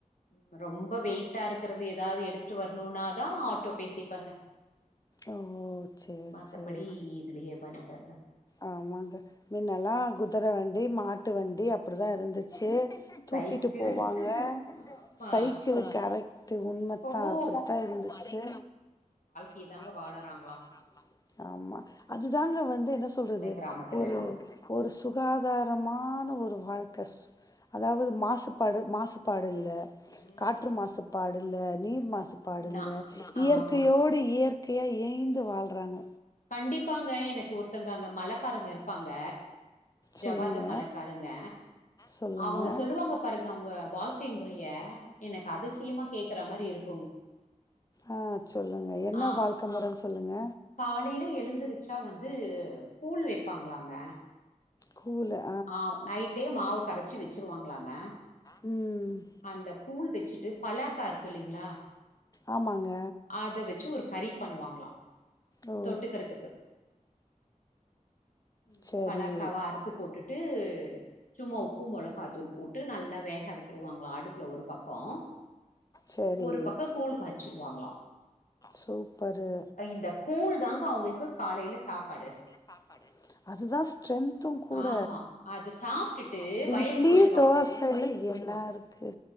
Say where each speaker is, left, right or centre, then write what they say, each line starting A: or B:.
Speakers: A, on the left (about 75°); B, on the left (about 25°).
A: ம், ரொம்ப வெயிட்டா இருக்கறது ஏதாது எடுத்துட்டு வரணுனாதா ஆட்டோ பேசிப்பங்க
B: ஓ சேரி
A: மத்தபடி
B: சேரி
A: இதுலயே பண்ணிப்பாருங்க
B: ஆமாங்க மின்னெல்லா குதர வண்டி மாட்டு வண்டி அப் டிதா இருந்துச்சி தூக்கிட்டு
A: சைக்கிள்
B: போவாங்க
A: ஆமா
B: சைக்கிளு கரக்ட்டு உண்மைத்தா
A: இப்பவு
B: அப்டித்தா இருந்துச்சு
A: யேதாங்க
B: ஒரு வாழ்க்கையை
A: வாழறாங்களா
B: தாங்க வாழறாங்களாம். ஆமா அதுதாங்க வந்து என்ன சொல்றது
A: மலை கிராமத்துல
B: ஒரு
A: எல்லா
B: ஒரு சுகாதாரமான ஒரு வாழ்க்க அதாவது மாசுபாடு மாசு பாடு இல்ல
A: ம்
B: காற்று மாசு பாடு இல்ல நீர் மாசுப் பாடு
A: நா
B: இல்ல இயற்கையோடு
A: ஆமா
B: இயற்கையா இயய்ந்து வாழ்றாங்க
A: கண்டிப்பாங்க எனக்கு ஒருத்தங்க அங்க மலக்காரங்க இருப்பாங்க
B: சொல்லுங்க
A: ஜவ்வாது மலக்காரங்க
B: சொல்லுங்க
A: அவங்க சொல்லுவாங்க பாருங்க அவுங்க வாழ்க்கை முறைய எனக்கு அதிசயமா கேக்குற மாரி இருக்
B: ஆ சொல்லுங்க என்ன
A: ஆ
B: வாழ்க்க முறன் சொல்லுங்க
A: காலையில எழுந்திருச்சா வந்து கூழ் வெப்பாங்களாங்க
B: கூழா
A: ஆ நைட்டே மாவு கரைச்சி வெச்சருவாங்களாங்க
B: ம்
A: அந்த கூழ் வெச்சுட்டு பலாக்கா இருக்கு இல்லிங்ளா
B: ஆமாங்க
A: அத வெச்சு ஒரு கறி பண்ணுவாங்ளா
B: ஓ
A: தொட்டுக்றதுக்கு <inaudible>
B: சரி
A: பலக்காவா அறுத்து போட்டுட்டு சும்மா உப்பு மொளகா தூள் போட்டு நல்லா வேக விட் ருவாங்களா அடுப்புல ஒரு பக்கோ
B: சரி
A: ஒரு பக்கோ கூழ் காய்ச்சுவாங்களா
B: சூப்பரு
A: இந்த கூழ் தாங்க அவுங்ளுக்கு காலையில சாப்பாடு
B: சாப்பாடு அதுதா ஸ்ட்ரென்து கூட
A: ஆமா அது சாப்ட்டுட்டு
B: இந்த
A: வயலுக்கு
B: இட்லி
A: போயிடுவாங்களா
B: தோசைல்ல என்னாருக் கு